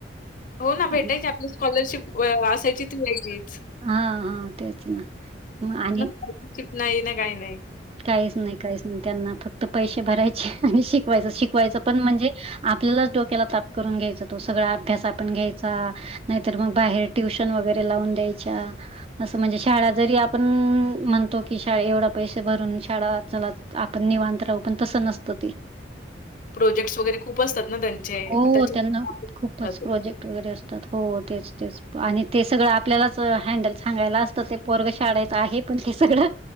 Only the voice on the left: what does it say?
हो ना,
भेटायचे. आपली स्कॉलरशिप असायची ती यायची.
<unintelligible> नाही ना, काही नाही.
प्रोजेक्ट्स वगैरे खूप असतात ना त्यांचे.
म त्याचे
मागे
<inaudible>